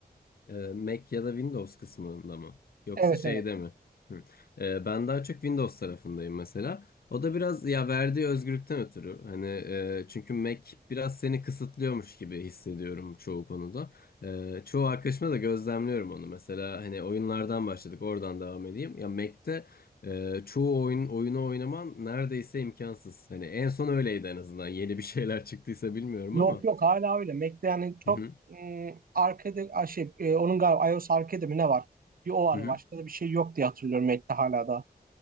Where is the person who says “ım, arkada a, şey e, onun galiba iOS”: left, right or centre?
Right